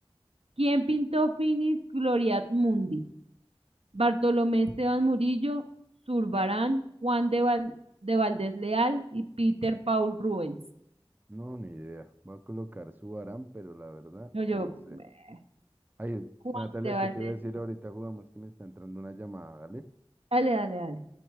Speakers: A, on the right; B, on the right.
A: ¿Quién pintó Finis Gloriat Mundi? Bartolomé Esteban Murillo, Zurbarán, Juan de, Val- de Valdés Leal y Peter Paul Rubens.
B: No, ni idea. Va a colocar su Aram, pero la verdad,
A: No, yo,
B: no sé.
A: eh,
B: Ay,
A: Juan
B: Natalia,
A: de Valdés.
B: ¿qué te iba a decir ahorita? Jugamos que me está entrando una llamada. ¿vale?
A: Dale, dale, dale.